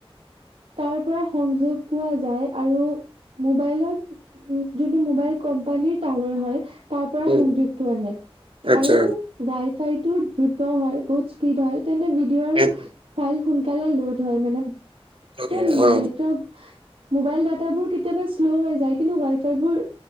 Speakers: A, on the right; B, on the right.
A: তাৰ পৰা সংযোগ পোৱা যায় আৰু মোবাইলত উম যিটো মোবাইল কোম্পানিৰ টাৱাৰ হয়। তাৰ পৰা
B: উম,
A: সংযোগটো আহে
B: আচ্ছা
A: আৰু ৱাই ফাইতটো দ্ৰুত হয় বহুত স্পীড হয়। তেন্তে ভিডিঅ' আৰু
B: উম,
A: ফাইল সোনকালে লোড হয় মানে।
B: অকে,
A: এতিয়া
B: অ
A: নেটৱৰ্ক মোবাইল ডাটাাবোৰ কেতিয়াবা শ্ল' হৈ যায় কিন্তু ৱাই ফাই বোৰ।